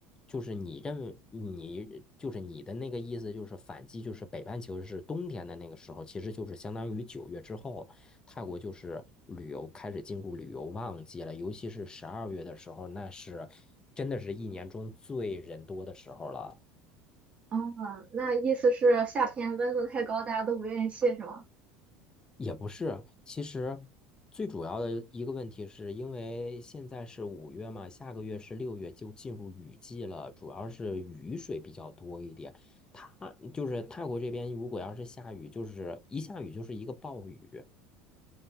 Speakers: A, on the left; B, on the right.
A: 就是你认为你就是你的那个意思，就是反季，就是北半球是冬天的那个时候，其实就是相当于九月之后，泰国就是旅游开始进入旅游旺季了，尤其是十二月的时候，那是真的是一年中最人多的时候了。
B: 哦，那意思是夏天温度太高，大家都不愿意去，是吗？
A: 也不是，其实最主要的一个问题是因为现在是五月嘛，下个月是六月，就进入雨季了，主要是雨水比较多一点。它就是泰国这边，如果要是下雨，就是一下雨就是一个暴雨，